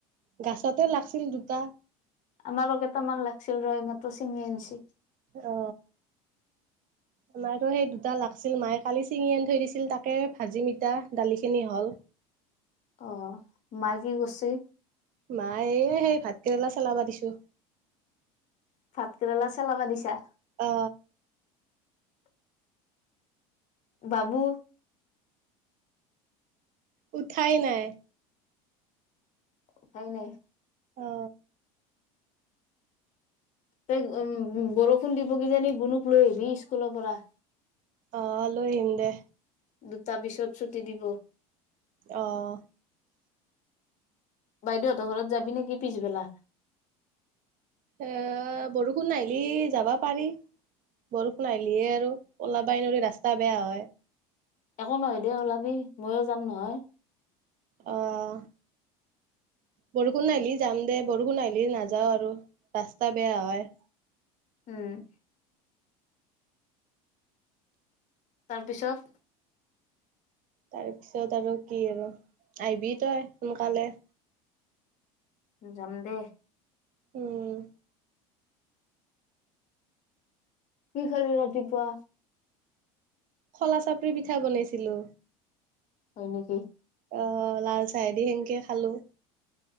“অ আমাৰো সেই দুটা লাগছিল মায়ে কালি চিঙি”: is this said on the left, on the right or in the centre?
Right